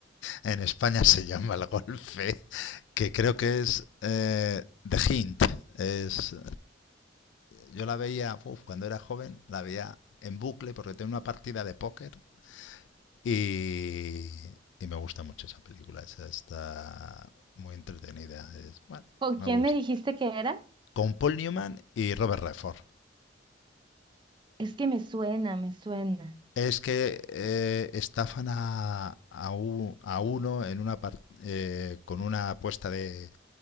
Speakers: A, on the left; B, on the right.
A: en España se llama El Golpe, que creo que es eh, The Hint. Es, yo la veía, uf, cuando era joven, la veía en bucle porque tenía una partida de póker y, y me gusta mucho esa película. Esa está muy entretenida. Es, bueno,
B: ¿Con quién
A: me gusta.
B: me dijiste que era?
A: Con Paul Newman y Robert Redford.
B: Es que me suena, me suena.
A: Es que eh, estafan a, a, u- a uno en una par- eh, con una apuesta de,